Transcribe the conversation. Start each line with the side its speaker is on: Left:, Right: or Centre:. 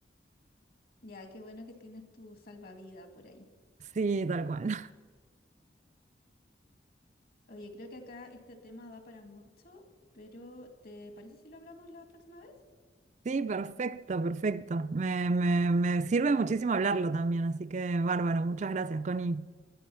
Left: Ya, qué bueno que tienes tu salvavidas por ahí.
Right: Sí, tal cual.
Left: Oye, creo que acá este tema da para mucho, pero ¿te parece si lo hablamos la próxima vez?
Right: Sí, perfecto, perfecto. Me, me, me sirve muchísimo hablarlo también, así que bárbaro. Muchas gracias, Connie.